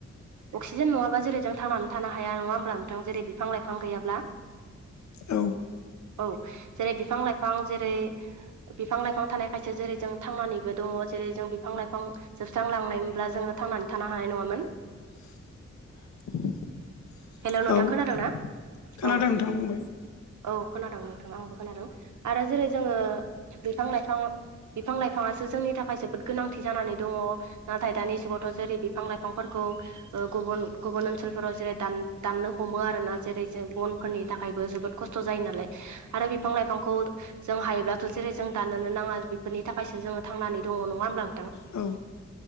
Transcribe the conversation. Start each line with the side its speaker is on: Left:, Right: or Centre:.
Right: अक्सिजेन नङाबा जेरै जों थांनानै थानो हाया नङा होमब्ला नोंथां जेरै बिफां लाइफां गैयाब्ला
Left: औ
Right: औ जेरै बिफां लाइफां जेरै बिफां लाइफां थानाय खायथियाव जेरै जों थांनानैबो दङ जेरै जों बिफां लाइफां जोबस्रांलांनायमोनब्ला जों ङो थांनानै थानो हानाय नङामोन।
Left: <unintelligible>
Right: हेल' नोंथां
Left: औ
Right: खोनादों ना?
Left: खोनादों
Right: औ
Left: नोंथां बुंबाय
Right: औ खोनादों नोंथां आंबो खोनादों आरो जेरै जोङो बिफां लाइफां बिफां लाइफाङासो जोंनि थाखाय जोबोद गोनांथि जानानै दङ नाथाय दानि जुगावथ जेरै बिफां लाइफांफोरखौ ओ गुबुन गुबुन ओनसोलफोराव जेरै दान दाननो हमो आरोना जेरै जों बनफोरनि थाखायबो जोबोद खस्थ' जायो नालाय आरो बिफां लाइफांखौ जों हायोब्लाथ जेरै जों दानोनो नाङा बेफोरनि थाखायसो जोङो थांनानै दङ नङा होमब्ला नोंथां
Left: औ